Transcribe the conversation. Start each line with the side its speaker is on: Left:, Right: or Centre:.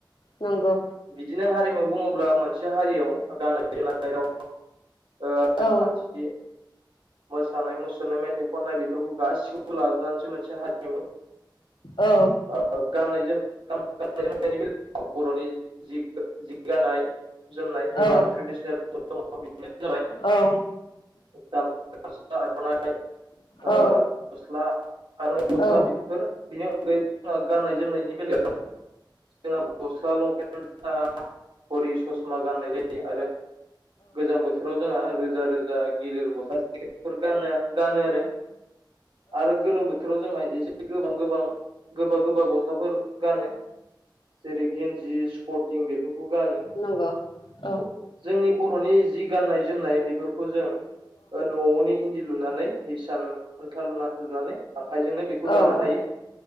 Left: नंगौ
Right: बिदिनो हारिमु बुङोब्ला मोनसे हारियाव गानाय जोमनाय ओ राव राजखान्थि
Left: औ
Right: मोसानाय मुसुरनाय मेथाइ खननाय बेफोरखौ गासिखौबो लाजनानैसो मोनसे हारिमु
Left: औ
Right: ओ गाननाय जोमनाय जोमनायनि बेल बर'नि जि जि गाननाय जोमनाय
Left: औ
Right: एबा ट्रेडिसनेल दङ बेनो जाबाय
Left: औ
Right: गामसा आरनाय ओ
Left: औ
Right: गस्ला आरनाय गस्ला
Left: औ
Right: बेफोर बिनि अनगायै गाननाय जोमनायनि बेलायाव दा जोंहा गस्ला लंपेन जुथा घरि ससमा गाननाय जायो आरो गोजां बोथोराव जोंहा रोजा रोजा गिलिर गसाेफोर गाननो गानो आरो आरो गोलोम बोथोराव जोंहा एसे गोबां गोबां गोबा गोबा गस्लाफोर गानो। जेरै गिन्जि स्पर्टिं बेफोरखौ गानो।
Left: नंगौ औ
Right: जोंनि बर'नि जि गाननाय जोमनाय बेफोरखौ जों ओ न'नि इन्दि लुनानै हिसान खुनथा लुना लुनानै आखाइजोंनो बेखौ दानो
Left: औ
Right: हायो।